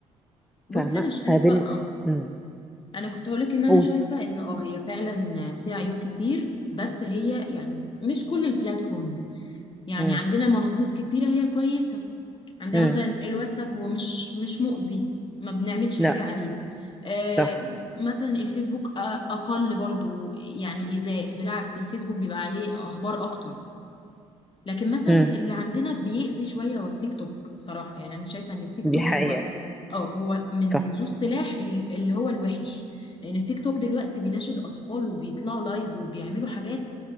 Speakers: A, on the left (about 30°); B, in the centre.
A: بصي
B: فاهمة
A: أنا شايفة
B: فبن
A: اه
B: مم.
A: أنا كنت هقولك إن أنا
B: قول
A: شايفة إن اه هي فعلا فيها عيوب كتير بس هي يعني مش كل البلاتفورمز يعني
B: مم.
A: عندنا منصات كتيرة هي كويسة عندنا
B: مم.
A: مثلا الواتساب هو مش مش مؤذي ما بنعملش
B: لا
A: حاجة عليه آه،
B: صح
A: مثلا الفيسبوك أ- أقل برضو يعني إيذاء بالعكس الفيسبوك بيبقى عليه أخبار أكتر لكن مثلا
B: مم.
A: اللي عندنا بيأذي شوية هو التيك توك بصراحة يعني أنا شايفة إن التيك
B: دي
A: توك
B: حقيقة
A: هو اه هو من
B: صح
A: ذو السلاح ال- اللي هو الوحش لأن التيك توك دلوقتي بيناشد أطفال وبيطلعوا لايف وبيعملوا حاجات